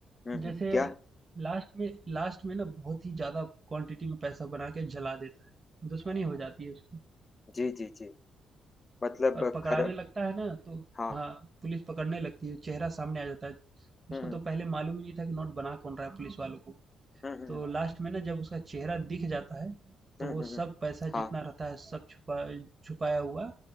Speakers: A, on the left; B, on the right.
A: हम्म हम्म,
B: जैसे
A: क्या
B: लास्ट में लास्ट में ना बहुत ही ज्यादा क्वांटिटी में पैसा बना के जला देता है दुश्मनी हो जाती है उसकी
A: जी, जी, जी। मतलब
B: और पकड़ाने
A: खर
B: लगता है ना तो
A: हाँ।
B: हाँ पुलिस पकड़ने लगती है चेहरा सामने आ जाता है उसको
A: हुँ, हुँ।
B: तो पहले मालूम ही नहीं था कि नोट बना कौन रहा है पुलिस वालों को
A: हुँ, हुँ, हुँ।
B: तो लास्ट में ना जब उसका चेहरा दिख जाता है
A: हुँ,
B: तो वो
A: हुँ, हुँ।
B: सब पैसा
A: हाँ,
B: जितना रहता है सब छुपा छुपाया हुआ